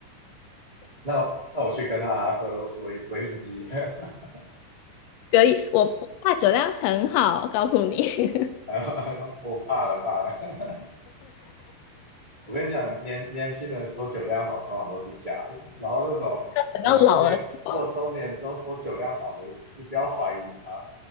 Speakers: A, on the right; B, on the left.
A: 那那我去跟他喝威威士忌，<laughs>
B: 可以，我不怕酒量很好，告诉你，<laughs>
A: 哎呦哎呦，我怕了怕了。<laughs> 我跟你讲，年年轻人说酒量好，通常都是假的。然后那种什么年过中年之后说酒量好的，
B: 等到老了之后，
A: 你不要怀疑他。